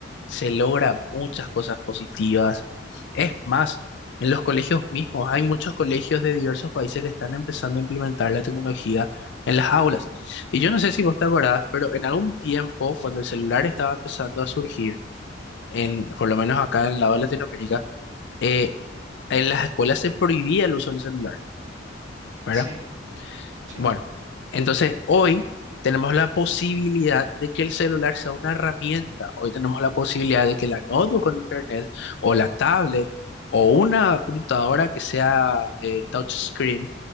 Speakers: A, on the left; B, on the right.
A: se logra muchas cosas positivas. Es más, en los colegios mismos, hay muchos colegios de diversos países que están empezando a implementar la tecnología en las aulas. Y yo no sé si vos te acordás, pero en algún tiempo, cuando el celular estaba empezando a surgir, en, por lo menos acá en el lado de Latinoamérica, eh, en las escuelas se prohibía el uso del celular, ¿verdad?
B: Sí, sí,
A: Bueno,
B: sí.
A: entonces hoy tenemos la posibilidad de que el celular sea una herramienta. Hoy tenemos la posibilidad de que la notebook con internet o la tablet o una computadora que sea eh, touchscreen